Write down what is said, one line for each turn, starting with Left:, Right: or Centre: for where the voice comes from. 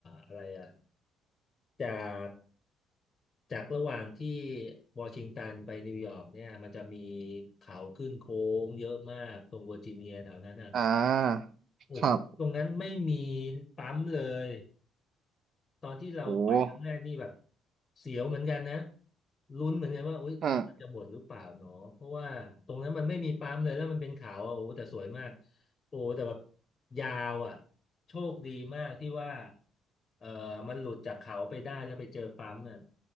Left: อะไรอ่ะจากจากระหว่างที่วอชิงตันไปนิวยอร์กเนี่ยมันจะมีเขาขึ้นโค้งเยอะมากตรงเวอร์จิเนียแถวนั้นน่ะ
Right: อ่าครับ
Left: โอ้โหตรงนั้นไม่มีปั๊มเลย ตอนที่เราไปครั้งแรกนี่แบบ
Right: โอ้
Left: เสียวเหมือนกันนะลุ้นเหมือนกันว่าอุ๊ยน้ำมันจะหมดหรือเปล่าเนาะเพราะว่าตรงนั้นมันไม่มีปั๊มเลยแล้วมันเป็นเขาอ่ะโอ้แต่สวยมาก
Right: อ่า
Left: โอ้แต่แบบยาวอ่ะโชคดีมากที่ว่าเออมันหลุดจากเขาไปได้แล้วไปเจอปั๊มอ่ะ